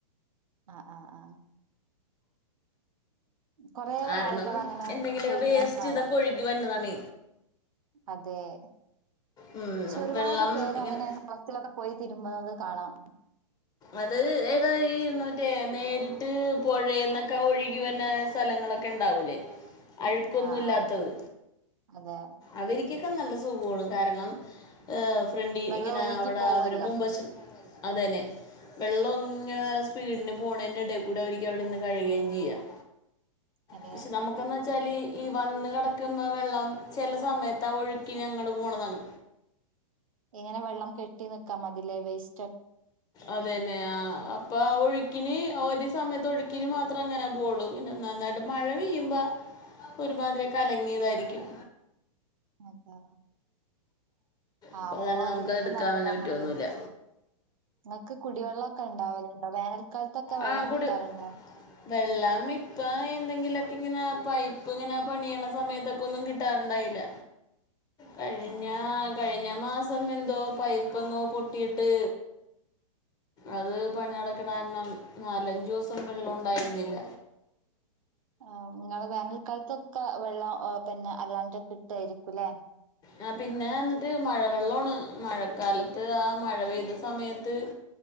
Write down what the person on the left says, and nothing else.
കാരണം
എന്തെങ്കിലുമൊക്കെ
വേസ്റ്റ്
ഇതൊക്കെ ഒഴുകി വരുന്നതാണ്
ഉം,
വെള്ളം
ഇങ്ങനെ
അത് ഏതാ ഈ മറ്റേ നേരിട്ട് പുഴയിന്നൊക്കെ ഒഴുകി വരുന്ന സ്ഥലങ്ങളൊക്കെ ഉണ്ടാവൂലേ അഴുക്കൊന്നൂല്ലാത്തത്
അതിരി കിക്കൊക്കെ നല്ല സുഖമാണ് കാരണം ഫ്രണ്ടിൽ
ഇങ്ങനെ
അവിടെ
അവര് മുൻവശം അതന്നെ വെള്ളം ഇങ്ങനെ നല്ല സ്പീഡീന് പോണേന്റെ എടേൽ കൂടെ അവർക്ക് അവിടെന്ന് കഴുകയും ചെയ്യാം
പക്ഷെ നമുക്കെന്നാ വച്ചാല് ഈ വന്ന് കിടക്കുന്ന വെള്ളം ചില സമയത്ത് ആ ഒഴുക്കിനങ്ങട് പോണതാണ്
അത് തന്നെ അപ്പൊ ആ ഒഴി ക്കിന് ഒരു സമയത്ത് ഒഴുക്കിനി മാത്രേ അങ്ങനെ പോവുളളൂ പിന്നെ നന്നായിട്ട് മഴ പെയ്യുമ്പോ ഒരു മാതിരികലങ്ങിയതായിരിക്കും കലങ്ങിയതായിരിക്കും
അപ്പോൾ
അതാണ്
നമുക്ക് എടുക്കാൻ
പറ്റുമൊന്നുമില്ല
ആ കൊടു
വെള്ളം ഇപ്പ എന്തെങ്കിലൊക്കെ ഇങ്ങനെ പൈപ്പ് ഇങ്ങനെ പണിയണ സമയത്തൊക്കെ ഒന്നും കിട്ടാറുണ്ടായില്ല കഴിഞ്ഞ
കഴിഞ്ഞ മാസം സമയം എന്തോ പൈപ്പങ്ങോ പൊട്ടിയിട്ട് അത് പണി നടക്കണ കാരണം നാലഞ്ചു ദിവസം വെള്ളം ഇണ്ടായിരുന്നില്ല
ആ പിന്നെ എന്നിട്ട് മഴ വെള്ളമാണ് മഴക്കാലത്ത് ആ മഴ പെയ്ത സമയത്ത്